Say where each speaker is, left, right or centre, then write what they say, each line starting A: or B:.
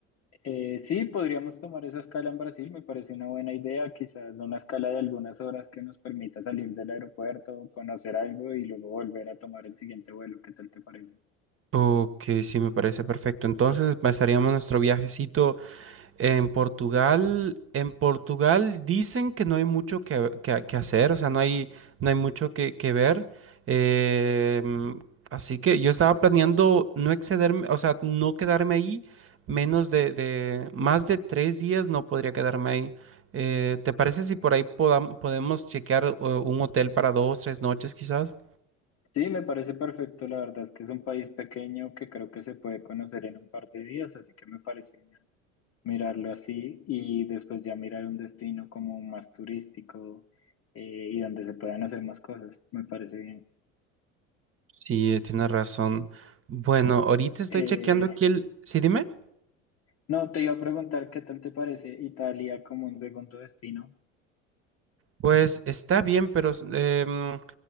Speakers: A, on the left (about 40°); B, on the right (about 35°).
A: Eh, sí, podríamos tomar esa escala en Brasil, me parece una buena idea, quizás una escala de algunas horas que nos permita salir del aeropuerto, conocer algo y luego volver a tomar el siguiente vuelo, ¿qué tal te parece?
B: Ok, sí, me parece perfecto. Entonces, empezaríamos nuestro viajecito. En Portugal, en Portugal dicen que no hay mucho que, que- que hacer, o sea, no hay, no hay mucho que, que ver. Eh, mm, así que yo estaba planeando no excederme, o sea, no quedarme ahí menos de, de- más de tres días no podría quedarme ahí. Eh, ¿te parece si por ahí podam- podemos chequear eh, un hotel para dos, tres noches quizás?
A: Sí, me parece perfecto, la verdad es que es un país pequeño que creo que se puede conocer en un par de días, así que me parece bien mirarlo así y después ya mirar un destino como más turístico eh, y donde se puedan hacer más cosas, me parece bien.
B: Sí, eh, tienes razón. Bueno, ahorita estoy
A: Eh,
B: chequeando aquí el... Sí, dime.
A: No, te iba a preguntar qué tal te parece Italia como un segundo destino.
B: Pues está bien, pero em,